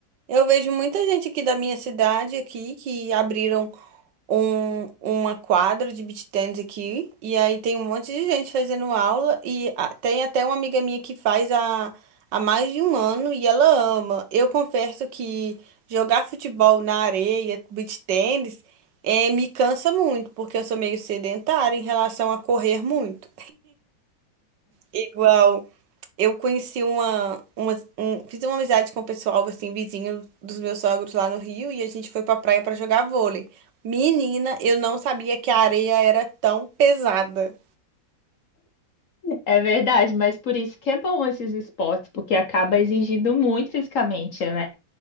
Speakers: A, on the right; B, on the left.
A: Eu vejo muita gente aqui da minha cidade aqui que abriram um, uma quadra de beach tennis aqui e aí tem um monte de gente fazendo aula e a- tem até uma amiga minha que faz há, há mais de um ano e ela ama. Eu confesso que jogar futebol na areia, beach tennis, eh, me cansa muito porque eu sou meio sedentária em relação a correr muito. Igual eu conheci uma, uma um- fiz uma amizade com o pessoal assim vizinho dos meus sogros lá no Rio e a gente foi pra praia pra jogar vôlei. Menina, eu não sabia que a areia era tão pesada.
B: É verdade, mas por isso que é bom esses esportes, porque acaba exigindo muito fisicamente, né?